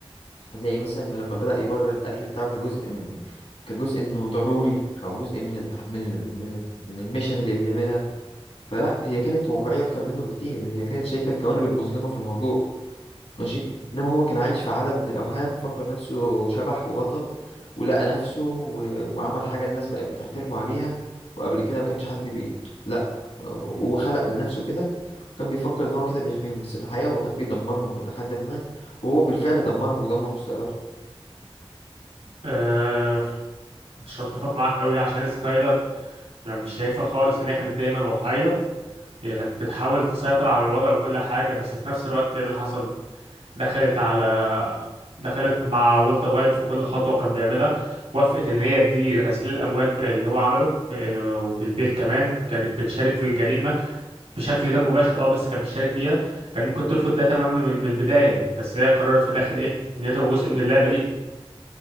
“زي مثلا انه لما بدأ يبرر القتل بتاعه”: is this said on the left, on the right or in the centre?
Left